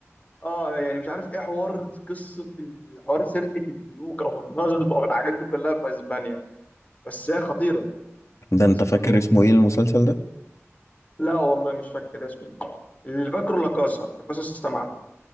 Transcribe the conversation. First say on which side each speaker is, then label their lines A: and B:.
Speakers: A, on the left; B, on the left.
A: اه يعني مش عارف ايه حوار قصة الحوار سرقة البنوك أو النصب أو الحاجات دي كلها في أسبانيا بس هي خطيرة
B: ده انت
A: بالنسبة
B: فاكر
A: لهم
B: اسمه ايه المسلسل ده
A: لا والله مش فاكر اسمه اللي فاكره لاكاسا لاكاسا استمعت